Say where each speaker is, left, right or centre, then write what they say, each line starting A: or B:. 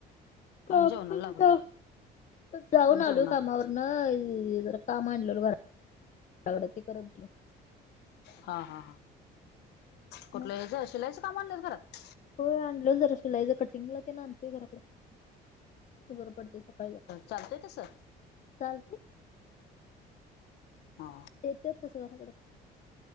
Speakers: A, on the left; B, on the left.
A: <unintelligible>
B: आणि जेवणाला लागलोय
A: जा जाऊन
B: आणि जेवणार
A: आलो कामावरन. ह ही, जरा का मांडलं <unintelligible> ते करत बसलो.
B: हा हा हा, कुठलं
A: मग
B: हेज शिलायचं काम आणल्यास घरात?
A: होय, होय आणलोय जरा शिलाईचं, कटिंगला तेन आणतोय घराकड. ते बर पडतय सकाळी <unintelligible>
B: चालतंय तसं
A: चालतय.
B: हा
A: येत्यात तसं घराकडं